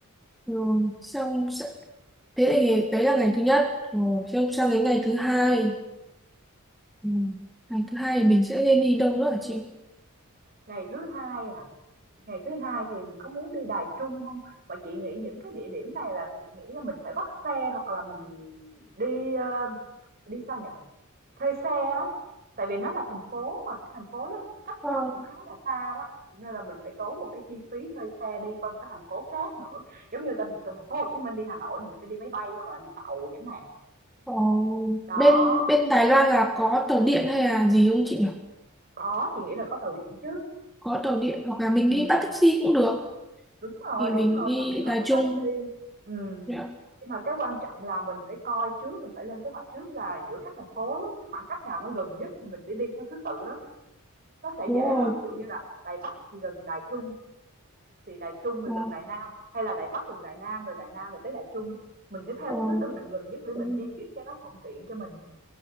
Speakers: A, in the centre; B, on the right.
A: rồi xong s- thế thì đấy là ngày thứ nhất rồi xong sang đến ngày thứ hai Ừ. Ngày thứ hai thì mình sẽ nên đi đâu nữa hả chị?
B: Ngày thứ Hai à, ngày thứ Hai thì có muốn đi Đài Trung không Mà chị nghĩ những cái địa điểm này là chị nghĩ là mình phải bắt xe hoặc là mình đi, ơ, đi sao nhỉ? Thuê xe á, tại vì nó là thành phố mà, thành phố nó cách
A: Ờ,
B: nhau cũng khá là xa đó, nên là mình phải tốn một cái chi phí thuê xe đi qua một cái thành phố khác nữa. Giống như từ từ thành phố Hồ Chí Minh đi Hà Nội thì mình phải đi máy bay hoặc là đi tàu chẳng hạn.
A: ờ,
B: Đó,
A: bên bên Đài Loan là có tàu điện hay là gì không chị nhỉ?
B: có, chị nghĩ là có tàu điện chứ.
A: Có tàu điện hoặc là mình
B: Ừm,
A: đi bắt taxi cũng được.
B: đúng rồi,
A: Thì
B: đúng
A: mình
B: rồi,
A: đi
B: tàu điện hoặc
A: Đài
B: bắt
A: Trung.
B: taxi. Ừ,
A: Dạ,
B: Nhưng mà cái quan trọng là mình phải coi trước, mình phải lên kế hoạch trước là giữa các thành phố đó, cái khoảng cách nào nó gần nhất thì mình đi đi theo thứ tự đó. Nó sẽ
A: đúng
B: dễ
A: rồi.
B: hơn, ví dụ như là Đài Bắc thì gần Đài Trung, thì Đài Trung thì
A: Ờ,
B: gần Đài Nam hay là Đài Bắc gần Đài Nam rồi Đài Nam rồi tới Đài Trung mình sẽ theo
A: ờ,
B: cái thứ tự nào gần nhất để mình
A: ừ.
B: di chuyển cho nó thuận tiện cho mình